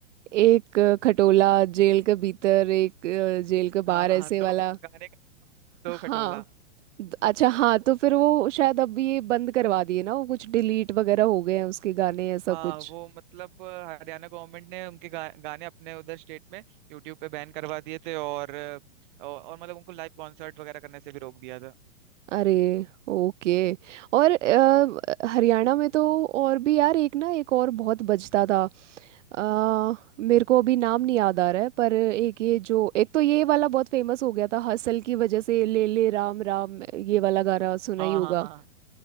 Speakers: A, on the right; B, on the right.
A: एक अ, खटोला जेल के भीतर एक अ, जेल के
B: हाँ
A: बाहर
B: हाँ
A: ऐसे
B: हाँ, दो
A: वाला
B: गाने का नाम दो
A: हाँ
B: खटोला
A: द- अच्छा हाँ तो फिर वो शायद अब ये बंद करवा दिए ना वो कुछ डिलीट वगैरह हो गए हैं उसके गाने ऐसा
B: हाँ
A: कुछ
B: वो मतलब अ, हरियाणा गवर्नमेंट ने उनके गा, गाने अपने उधर स्टेट में यूट्यूब पे बैन करवा दिए थे और, अ, और और मतलब उनको लाइव कॉन्सर्ट वगैरह करने से भी रोक दिया था
A: अरे ओके और अ, हरियाणा में तो और भी यार एक ना एक और बहुत बजता था आ, मेरे को अभी नाम नहीं याद आ रहा है पर एक ये जो एक तो ये वाला बहुत फेमस हो गया था हसल की वजह से ले ले राम राम ये वाला गाना सुना
B: हाँ
A: ही होगा
B: हाँ हाँ